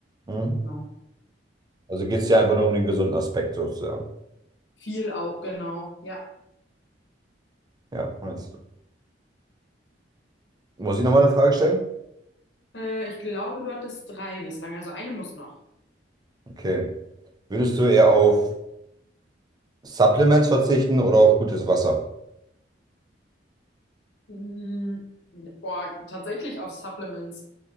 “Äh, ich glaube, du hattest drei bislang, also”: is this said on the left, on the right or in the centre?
Left